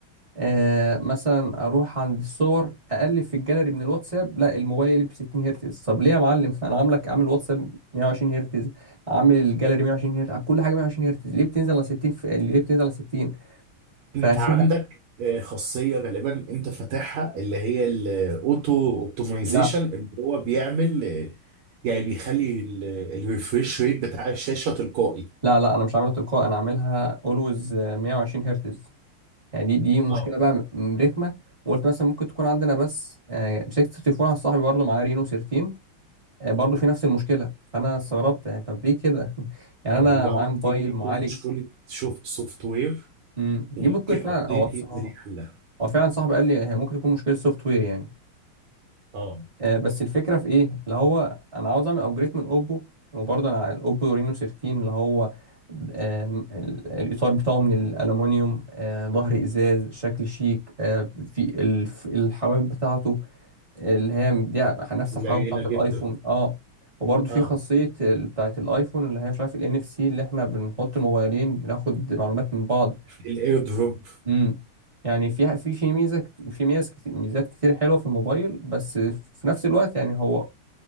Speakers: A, on the right; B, on the right.
A: آه مثلا اروح عند الصور اقلب في الجاليري من الواتساب لا الموبايل يقلب 60 هرتز طب ليه يا معلم <laughs> انا عاملك عامل واتساب 120 هرتز عامل الجاليري 120 هرتز كل حاجه 120 هرتز ليه بتنزل على 60 في... ليه بتنزل على 60 ففيها
B: انت عندك آه، خاصيه غالبا انت فاتحها اللي هي الاوتو اوبتمايزيشن
A: لا
B: اللي هو بيعمل آه، يعني بيخلي الريفريش ريت بتاع الشاشه تلقائي
A: لا لا انا مش عاملها تلقائي انا عاملها اولويز 120 هرتز يعني دي دي مشكله
B: اه
A: بقى م- رخمه وقلت مثلا ممكن تكون عندنا بس آه، مسكت التليفون على صاحبي برضه معاه رينو سيرتين آه، برضه في نفس المشكله فانا استغربت يعني طب ليه كده <laughs> يعني
B: اه
A: انا
B: يبقى
A: معايا
B: ممكن
A: موبايل
B: دي
A: معالج
B: تكون مشكلة شوف سوفت وير
A: مم،
B: وممكن
A: دي ممكن
B: ابديت
A: فعلا هو
B: يبقى
A: هو
B: ليه حلها
A: هو فعلا صاحبي قال لي هي ممكن تكون مشكله سوفت وير يعني
B: اه
A: آه، بس الفكره في ايه اللي هو انا عاوز اعمل ابجريد من اوبو وبرضه انا الاوبو رينو 13 اللي هو آم، ال- الإطار بتاعه من الألومنيوم آه، ظهر إزاز شكل شيك آه، في الف- الحواف بتاعته اللي هي مديها نفس
B: قليلة
A: الحلاوه بتاعت الايفون
B: جدا
A: اه وبرضه
B: اه
A: في خاصيه ال- بتاعت الايفون اللي هي مش عارف الان اف سي اللي احنا بنحط الموبايلين بناخد معلومات من بعض
B: الاير دروب
A: امم يعني فيها في في ميزه كت- في ميزه كت- ميزات كتير حلوه في الموبايل بس في نفس الوقت يعني هو